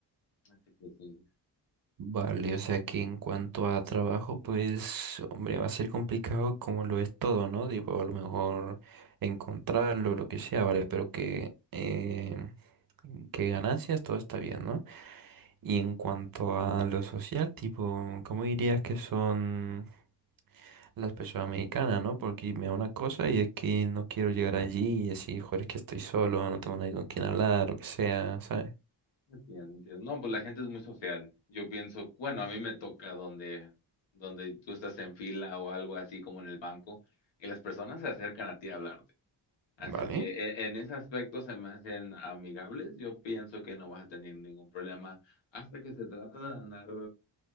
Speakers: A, on the left; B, on the right.
A: Así que sí,
B: Vale, o sea que en cuanto a trabajo, pues, hombre, va a ser complicado como lo es todo, ¿no? Digo, a lo mejor encontrarlo, lo que sea, ¿vale? Pero que, eh, que ganancias, todo está bien, ¿no? Y en cuanto a lo social, tipo, ¿cómo dirías que son las personas mexicanas, ¿no? Porque me da una cosa y es que no quiero llegar allí y decir, joder, es que estoy solo, no tengo nadie con quien hablar, lo que sea, ¿sabes?
A: entiendo, entiendo. No, pues la gente es muy social. Yo pienso, bueno, a mí me toca donde, donde tú estás en fila o algo así como en el banco y las personas se acercan a ti a hablarte. Así
B: Vale,
A: que e- en ese aspecto se me hacen amigables. Yo pienso que no vas a tener ningún problema hasta que se trata de andar